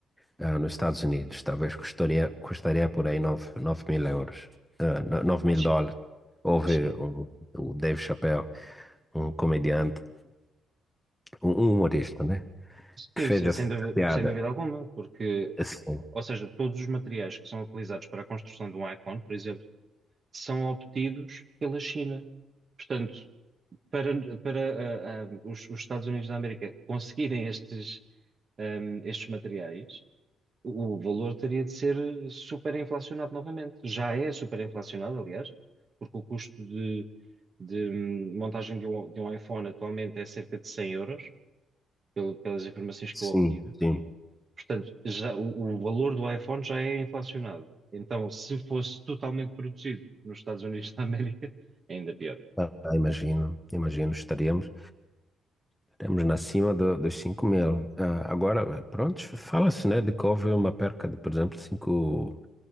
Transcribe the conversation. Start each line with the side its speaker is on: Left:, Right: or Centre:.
Centre: ah, nos Estados Unidos, talvez custaria, custaria por aí nove mil euros, ah, nove mil
Right: sim,
Centre: dólares. Houve
Right: sim,
Centre: o, o Dave Chappelle, um comediante, um, um humorista, né? Que
Right: sim,
Centre: fez
Right: sem,
Centre: essa
Right: sem dúvida,
Centre: piada.
Right: sem dúvida alguma, porque,
Centre: Assim,
Right: ou seja, todos os materiais que são utilizados para a construção de um iPhone, por exemplo, são obtidos pela China. Portanto, para, para ah, ah, os, os Estados Unidos da América conseguirem estes, ahm, estes materiais, o valor teria de ser superinflacionado novamente. Já é superinflacionado, aliás, porque o custo de, de montagem de um, de um iPhone atualmente é cerca de 100 euros, pelo- pelas informações
Centre: sim,
Right: que eu obtive.
Centre: sim.
Right: Portanto, já, o, o valor do iPhone já é inflacionado. Então, se fosse totalmente produzido nos Estados Unidos da América, é ainda pior.
Centre: Ah, imagino, imagino, estaríamos, estaríamos na cima do- dos cinco mil. Ah, agora, pronto, fala-se, né, de que houve uma perca de, por exemplo, cinco